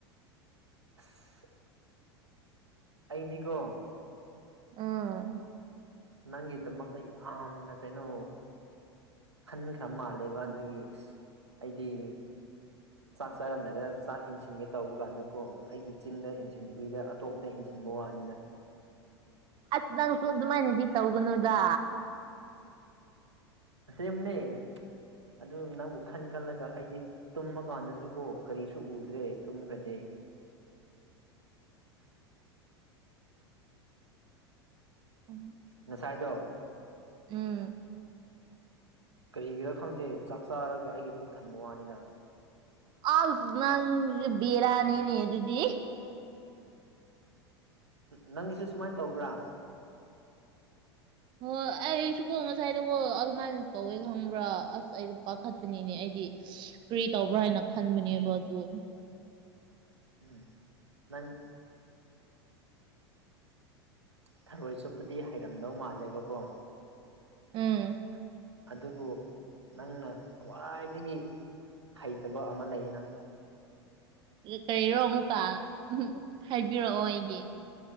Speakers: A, on the right; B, on the right.
A: ꯑꯁ ꯑꯩꯗꯤꯀꯣ
B: ꯎꯝ
A: ꯅꯪꯒꯤꯗꯃꯛꯇ ꯌꯥꯝꯅ ꯀꯩꯅꯣ ꯈꯟꯈ꯭ꯔ ꯃꯥꯜꯂꯦꯕ ꯑꯗꯨꯒꯤ ꯏꯁ ꯑꯩꯗꯤ
B: <inaudible>
A: ꯆꯥꯛ ꯆꯥꯔꯝꯗꯥꯏꯗ ꯆꯥꯛ ꯏꯟꯁꯤꯟꯒꯦ ꯇꯧꯕ ꯀꯥꯟꯗꯀꯣ ꯑꯩꯒꯤ ꯆꯤꯟꯗ ꯏꯟꯁꯤꯟꯗꯕꯤꯗ ꯑꯇꯣꯞꯄꯗ ꯏꯟꯁꯤꯟꯕ ꯋꯥꯅꯦꯗ
B: ꯑꯁ ꯅꯪꯁꯨ ꯑꯗꯨꯃꯥꯏꯅꯗꯤ ꯇꯧꯒꯅꯨꯗ
A: ꯑꯁꯦꯡꯕꯅꯦ ꯑꯗꯨ ꯅꯪꯕꯨ ꯈꯟ ꯈꯜꯂꯒ ꯑꯩꯗꯤ ꯇꯨꯝꯃ ꯀꯥꯟꯗꯁꯨ ꯀꯣ ꯀꯔꯤꯁꯨ ꯎꯗ꯭ꯔꯦ ꯇꯨꯝꯈ꯭ꯔꯗꯤ
B: ꯎꯝ
A: ꯉꯁꯥꯏꯗꯣ
B: ꯎꯝ
A: ꯀꯔꯤꯒꯤꯔ ꯈꯪꯗꯦ ꯆꯥꯛ ꯆꯥꯔꯒ ꯑꯩꯒꯤ ꯄꯨꯛ ꯊꯟꯕ ꯋꯥꯅꯤꯗ
B: ꯑꯥꯎ ꯅꯪ ꯕꯤꯔꯅꯤꯅꯦ ꯑꯗꯨꯗꯤ
A: ꯅꯪꯒꯤꯁꯨ ꯁꯨꯃꯥꯏꯅ ꯇꯧꯕ꯭ꯔꯥ
B: ꯍꯣꯏ ꯑꯩꯁꯨꯀꯣ ꯉꯁꯥꯏꯗꯣꯀꯣ ꯑꯗꯨꯃꯥꯏꯅ ꯇꯧꯋꯦ ꯈꯪꯕ꯭ꯔꯥ ꯑꯁ ꯑꯩꯗꯣ ꯄꯥꯈꯠꯄꯅꯤꯅꯦ ꯑꯩꯗꯤ ꯀ꯭ꯔꯤ ꯇꯧꯕ꯭ꯔꯥ ꯍꯥꯏꯅ ꯈꯟꯕꯅꯦꯕ ꯑꯗꯨ
A: ꯎꯝ ꯅꯪ ꯊꯔꯣꯏ ꯆꯨꯞꯄꯗꯤ ꯍꯩꯔꯝꯗꯧ ꯃꯥꯜꯂꯦꯕꯀꯣ
B: ꯎꯝ
A: ꯑꯗꯨꯕꯨ ꯅꯪꯅ ꯈ꯭ꯋꯥꯏꯗꯒꯤ ꯍꯩꯇꯕ ꯑꯃ ꯂꯩꯌꯦ ꯅꯪ
B: ꯀꯔꯤꯔꯣ ꯑꯃꯨꯛꯀ <unintelligible> ꯍꯥꯏꯕꯤꯔꯛꯑꯣ ꯑꯩꯒꯤ